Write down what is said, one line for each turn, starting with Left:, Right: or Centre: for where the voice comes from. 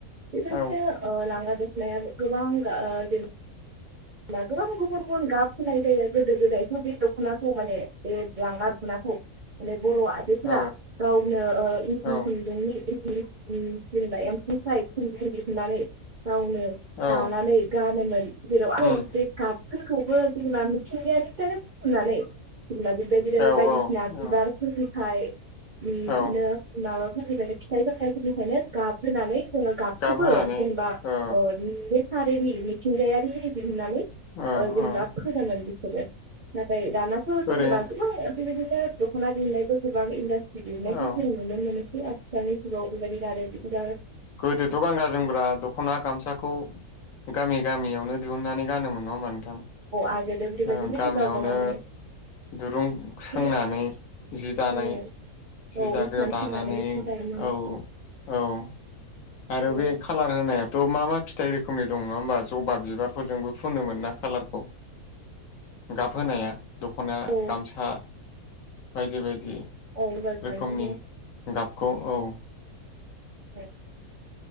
Right: बेबायदिनो
Left: औ
Right: ओ लांगा द खनायाबो गोबां गा जेरै ला गोबां गुबुन गुबुन गाब होनाय जायो । गोदो गोदायथ' बे दख'नाखौ माने बे लांगा दख'नाखौ माने बर' आइजोफोरा
Left: औ
Right: गावनो ओ इन्दि
Left: औ
Right: खुन्दुंनि इनदि उम जेनेबा एमफौफ्राय खुनदों दिहोननानै गावनो
Left: औ औ
Right: दानानै गानोमोन। जेराव आरो
Left: उम
Right: गाबफोरखौबो जों मा मिथिंगायारिनिफ्रायनो बोथुमनानै जेनबा बेबायदिनो
Left: औ
Right: बायदिसिना
Left: औ
Right: बिबारफोरनि
Left: औ
Right: फाय उन
Left: औ
Right: नों माबा फोरनिफ्रायनो फिथाइ सामथाइ फोरनिफ्रायनो गाब फोननानै जोङो गाबखौबो
Left: गाब होनानै
Right: जेनेबा
Left: ओ
Right: अ ने सारेलि मिथिंगायारि दिहोननानै अ
Left: ओ औ
Right: जेनेबा फोनोमोन बिसोरो नाथाय दानाथ'
Left: ओरै
Right: जेनेबा गोबां बेबायदिनो दख'ना दिहुननायबो गोबां इनदास दिहुननायखौ
Left: औ
Right: जों नुनो मोनोसै आथिखालनि जुगाव बेबायदिनो आरो। दा
Left: गोदोथ' गानगा जोमग्रा दख'ना गामसाखौ गामि गामियावनो। दिहुननानै गानोमोन नङा होमबा नों औ
Right: आगोलो बेबायदिनो
Left: ओं गामियावनो
Right: गावबा गावनो
Left: दुरुं
Right: एसे
Left: सोंनानै जि दानाय
Right: औ
Left: जि
Right: औ
Left: दागायाव
Right: हिसान
Left: दानानै
Right: सोंनानै जि
Left: औ
Right: दायोमोन
Left: औ औ। आरो
Right: औ
Left: बे खालार होन फोनायाथ' मा मा फिथाइ रोखोमनि दं नङा होमबा जबा बिबारफोरजोंबो फुनोमोन ना कालारखौ गाब होनाया दख'ना
Right: औ
Left: गामसा बायदि बायदि।
Right: औ
Left: रोखोमनि
Right: बिदिनो
Left: गाबखौ औ
Right: औ